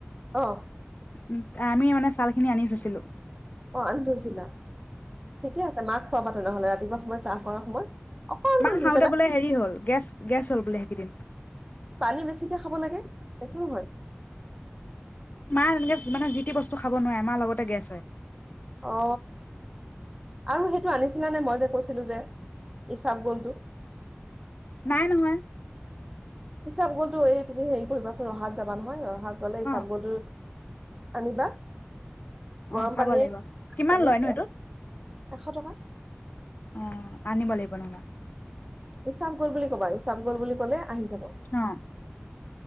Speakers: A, on the right; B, on the left.
A: অ।
B: উম, আমি মানে ছাল খিনি আনি থৈছিলো।
A: অ, আনি থৈচিলা ঠিকে আছে মাক খোৱাবা তেনেহলে ৰাতিপুৱা সময়ত চাহ খোৱাৰ সময়ত। অকনমান
B: মাহ
A: দি
B: খাওঁতে
A: পেলাই
B: বোলে হেৰি হ'ল গেছ গেছ হ'ল বোলে সেকেদিন দিন।
A: পানী বেছিকে খাব লাগে একো নহয়।
B: মাৰ এনেকে মানে যিটি বস্তু খাব নোৱাৰে মাৰ লগতে গেছ হয়।
A: অ, আৰু সেইটো আনিছিলা নে মই যে কৈছিলো যে ইচাপ গলটো?
B: নাই নহয়।
A: ইচাপ গ'লতো এই তুমি হেৰি কৰিবাচোন ৰহাত যাবা নহয় ৰহা গ'লে ইচাবগলটো
B: অ
A: আনিবা। গৰম
B: অ, চাব
A: পানীৰ
B: লাগিব, কিমান
A: পানীত
B: লয়নো এইটোত?
A: এশ টকা
B: অ। আনিব লাগিব নহবা।
A: ইচাবগল বুলি ক'বা, ইচাবগল বুলি ক'লে আহি যাব
B: অঁ।